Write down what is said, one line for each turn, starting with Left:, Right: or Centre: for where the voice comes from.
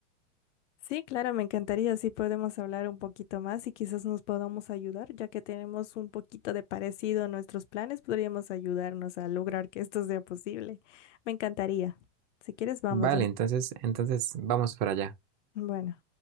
Left: Sí, claro, me encantaría si podemos hablar un poquito más y quizás nos podamos ayudar, ya que tenemos un poquito de parecido en nuestros planes, podríamos ayudarnos a lograr que esto sea posible. Me encantaría. Si quieres, vamos
Right: Vale,
Left: ya.
Right: entonces, entonces vamos para allá.
Left: Bueno.